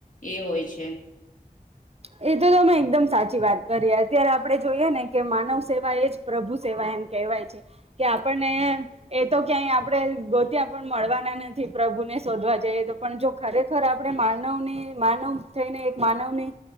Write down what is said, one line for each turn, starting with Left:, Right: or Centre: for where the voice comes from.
Left: એ હોય છે.
Right: એ તો તમે એકદમ સાચી વાત કરી. અત્યારે આપણે જોઈએ ને કે માનવ સેવા એ જ પ્રભુ સેવા એમ કહેવાય છે, કે આપણને એ તો ક્યાંય આપણે ગોત્યા પણ મળવાના નથી. પ્રભુને શોધવા જઈએ તો પણ, જો ખરે ખર આપણે માનવની, માનવ થઈને, એક માનવની